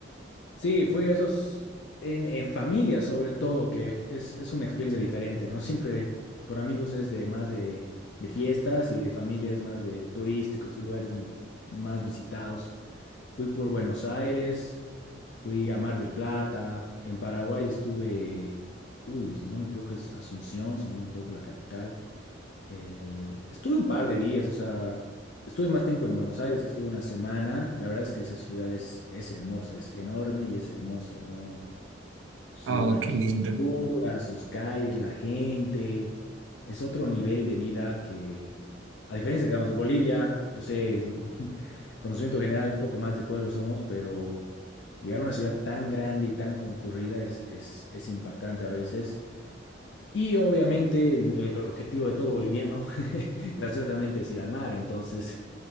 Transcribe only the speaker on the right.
Oh,
qué lindo.